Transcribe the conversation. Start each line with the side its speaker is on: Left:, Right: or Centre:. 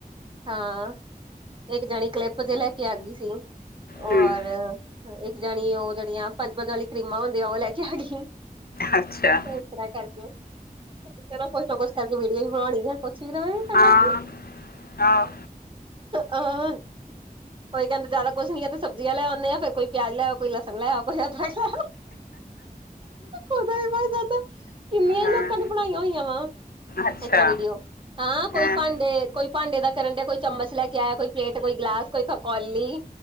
Right: ਹਾਂ ਇੱਕ ਜਾਣੀ ਕਲਿੱਪ ਦੇ ਲੈ ਕੇ ਆ ਗਈ ਸੀ।
Left: ਹੂੰ
Right: ਔਰ, ਇੱਕ ਜਾਣੀ ਉਹ ਜਿਹੜੀਆਂ ਪੰਜ -ਪੰਜ ਵਾਲੀਆਂ ਕਰੀਮਾਂ ਹੁੰਦੀਆਂ ਉਹ ਲੈ ਕੇ ਆ ਗਈ।
Left: ਅੱਛਾ
Right: ਇਸ ਤਰਾਂ ਕਰਕੇ, ਚਲੋ ਵੀਡੀੳ ਬਣਾਉਣੀ ਜਾਂ ਕੁਛ ਵੀ ਰਹੇ। ਕਹਿੰਦਾ
Left: ਹਾਂ
Right: ਕਿ
Left: ਆਹ‌
Right: ਆਹ ਕੋਈ ਕਹਿੰਦੇ ਆ ਜ਼ਿਆਦਾ ਕੁੱਛ ਨੀਂ ਤੇ ਸਬਜ਼ੀਆਂ ਲੈ ਆਉਨੇ ਆ ਫੇਰ ਕੋਈ ਪਿਆਜ ਲੈ ਆੳ, ਕੋਈ ਲਸਣ ਲਿਆਓ, ਕੋਈ ਅਦਰਕ ਲੈ ਉਹਦਾ ਵੀ ਮਦਾ ਕਿੰਨੀਆਂ ਹੀ
Left: ਹਾਂ,
Right: ਲੋਕਾਂ ਦੀ ਬਣਾਈਆਂ ਹੋਈਆਂ ਵਾ। ਇਸ
Left: ਅੱਛਾ
Right: ਤਰਾ ਵੀਡੀਓ, ਆਹ ਕੋਈ
Left: ਹਾਂ
Right: ਭਾਂਡੇ ਕੋਈ ਭਾਂਡੇ ਦਾ ਕਰਨ ਦਿਆ ਕੋਈ ਚਮਚ ਲੈ ਕੇ ਆਇਆ ਕੋਈ ਪਲੇਟ ਕੋਈ ਗਲਾਸ ਕੋਈ ਕੌਲੀ,